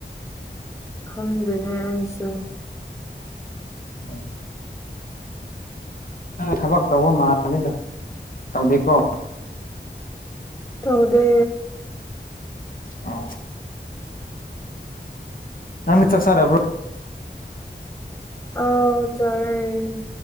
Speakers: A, on the left; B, on the left.
A: ꯈꯪꯗꯦꯅꯦ ꯑꯩꯁꯨ
B: ꯎꯝ ꯊꯕꯛ ꯇꯧꯕ ꯃꯥꯜꯅꯤꯗ ꯇꯧꯗꯦꯀꯣ
A: ꯇꯗꯦ
B: ꯑ ꯅꯪꯅ ꯆꯥꯛ ꯆꯥꯔꯕ꯭ꯔꯣ
A: ꯑ ꯆꯔꯦ